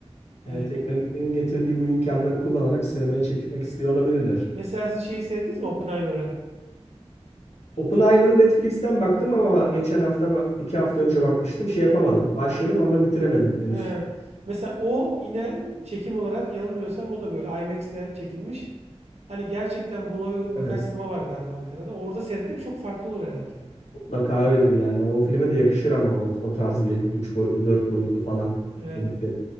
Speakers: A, on the right; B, on the left.
A: Evet.
B: Yani teknolojinin getirdiği bu imkanları kullanarak sinemaya çekmek istiyor olabilirler.
A: Mesela siz şeyi sevdiniz mi Oppenheimer'ı?
B: Oppenheimer'ı Netflix'ten baktım ama geçen hafta, iki hafta önce bakmıştım. Şey yapamadım. Başladım ama bitiremedim henüz.
A: He. Mesela o yine çekim olarak yanılmıyorsam o da böyle IMAX'le çekilmiş. Hani gerçekten buna uygun
B: Evet.
A: birkaç sinema var galiba Ankara'da. Orada seyretmek çok farklı olur herhalde.
B: Mutlaka öyledir yani. O filme de yakışır ama o, o tarz bir 3 boyutlu, 4 boyutlu falan
A: Evet.
B: dedikleri